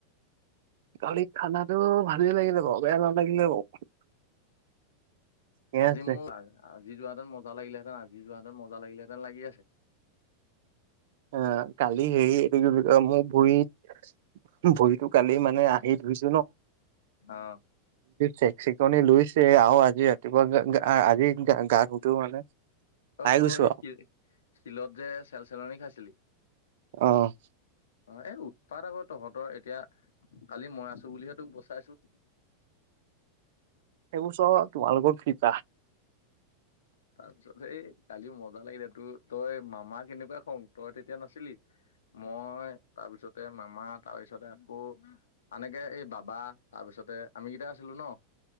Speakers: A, on the right; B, on the left.
A: কালি খানাটো ভালেই লাগিলে বাৰু, বেয়া নালাগিলে বাৰু। ঠিকে
B: আজি
A: আছে।
B: মোৰ, আজি যোৱাহেতেন মজা লাগিলেঁহেতেন। যি যাহেঁতেন মজা লাগিলেহেঁতেন লাগি আছে
A: অ কালি হেৰি এইটো কিয় মোৰ ভৰিত ভৰিতো কালি মানে আহি ধৰিছ
B: অ'
A: চেকচেকনি লইছে আৰু আজি ৰাতিপুৱা আজি গা ধোও মানে পাই
B: আৰু
A: গৈছো
B: তোৰ সেই শিলতযে চেল চেলনি খাইছিলি
A: অ'
B: অ' এ, উৎপাত আকৌ তহঁতৰ, এতিয়া কালি মই আছো বুলিহে তোক বচাইছো
A: সেইবোৰ চব তোমালোকৰ কৃপা
B: তাৰপিছত এই, কালি মজা লাগিলে তোৰ তই মামা কেনেকুৱা খং, তই তেতিয়া নাছিলি মই তাৰপিছতে মামা তাৰপিছতে আকৌ এনেকে এই বাবা তাৰ পিছ তাৰপিছতে আমি কেইটা আছিলো ন?